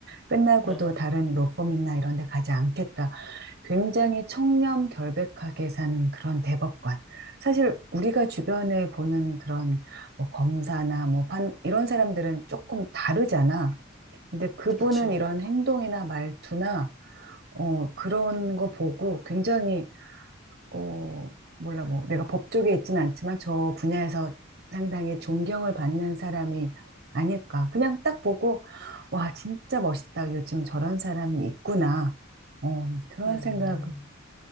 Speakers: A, on the right; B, in the centre.
A: 끝나고도
B: 어,
A: 다른 로펌이나 이런 데 가지 않겠다. 굉장히 청렴 결백하게 사는 그런 대법관. 사실 우리가 주변에 보는 그런 뭐 검사나 뭐 판, 이런 사람들은 조금 다르잖아. 근데 그분은
B: 그렇지.
A: 이런 행동이나 말투나, 어, 그런 거 보고 굉장히, 어, 몰라, 뭐 내가 법 쪽에 있진 않지만 저 분야에서 상당히 존경을 받는 사람이 아닐까. 그냥 딱 보고, 와, 진짜 멋있다. 요즘 저런 사람이 있구나. 어, 그런
B: 음,
A: 생각을
B: 음.